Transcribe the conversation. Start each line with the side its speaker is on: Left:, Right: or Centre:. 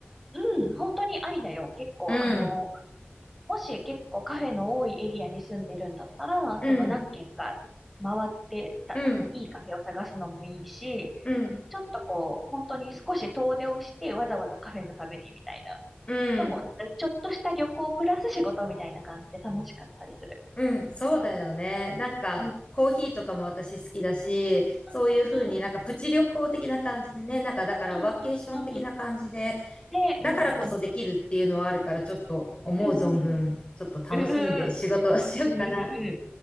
Centre: うんうん、本当にありだよ。結構、
Left: うん、
Centre: あの、もし結構カフェの多いエリアに住んでるんだったら、
Left: うん、
Centre: その何軒か回ってた、
Left: うん、
Centre: いいカフェを探すのもいいし、
Left: うん、
Centre: ちょっとこう、本当に少し遠出をしてわざわざカフェのためにみたいな。
Left: うん。
Centre: のも、なんかちょっとした旅行プラス仕事みたいな感じで楽しかったりする。
Left: うん、そうだよね。なんか、
Centre: うん。
Left: コーヒーとかも私好きだし、
Centre: うんうんうん。
Left: そういうふうになんかプチ旅行的な感じでね、なんかだからワーケーション的な感じで、
Centre: うんうんうん。ねえ、
Left: だからこそできるっていうのはあるから、
Centre: うんうん。
Left: ちょっと思う存分、
Centre: うんうんうん。
Left: ちょっと楽しんで仕事をしようかな。
Centre: うんうんうん。うんうんうんうん